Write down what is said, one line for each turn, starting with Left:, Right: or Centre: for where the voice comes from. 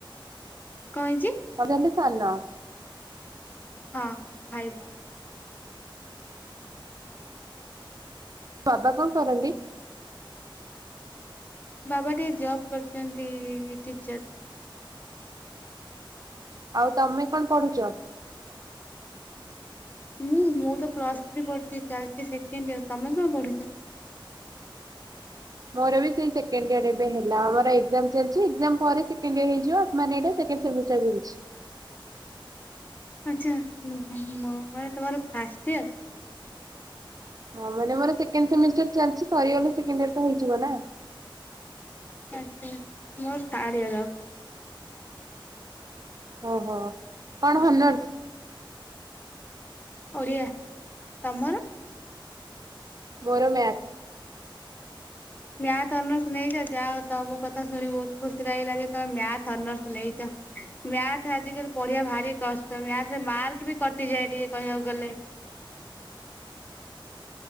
Left: କଣ ହେଇଛି?
Right: <inaudible> ସାନ।
Left: ହଁ ଭାଇ ବଡ।
Right: ବାବା କଣ କରନ୍ତି?
Left: ବାବା ଟିକେ ଜବ କରିଛନ୍ତି ଟିଚର।
Right: ଆଉ ତମେ କଣ ପଢୁଛ?
Left: ମୁଁ ମୁଁ ତ ପ୍ଲସ୍ ଥ୍ରୀ ପଢ଼ୁଚ୍ଛି ଚାଲିଛି ସେକେଣ୍ଡ ଇୟର ତମେ କଣ ପଢିଛ?
Right: ମୋର ବି ସେଇ ସେକେଣ୍ଡ ଇୟର ଏବେ ହେଲା ଆମର ଏକ୍ସାମ୍ ଚାଲିଛି ଏ ପରେ ସେକେଣ୍ଡ ଇଅର ହେଇଯିବ। <unintelligible> ସେମିଷ୍ଟର <unintelligible>
Left: ଆଛା ମୋ ମୋର ମାନେ ତମର ଫାଷ୍ଟ ଇଅର।
Right: ହଁ ମାନେ ମୋର ସେକେଣ୍ଡ ସେମିଷ୍ଟର ଚାଲିଛି ସରିଗଲେ ସେକେଣ୍ଡ ଇୟର ତ ହେଇଯିବ ନା?
Left: ଆଚ୍ଛା ଆଚ୍ଛା ମୋର ଥାର୍ଡ ଇଅର ହବ।
Right: ଓହୋ କଣ ହନର୍ସ?
Left: ଓଡ଼ିଆ ତମର?
Right: ମୋର ମ୍ୟାଥ।
Left: ମ୍ୟାଥ ଅନର୍ସ ନେଇଛ ଯାଅ ତମ କଥା ଶୁଣି ବହୁତ ଖୁସି ଲାଗିଲା ଯେ ତମେ ମ୍ୟାଥ ଅନର୍ସ ନେଇଛ। ମ୍ୟାଥ ଆଜିକାଲି ପଢିବା ଭାରି କଷ୍ଟ ମ୍ୟାଥରେ ମାର୍କ ବି କଟିଯାଏ ଟିକେ କହିବାକୁ ଗଲେ।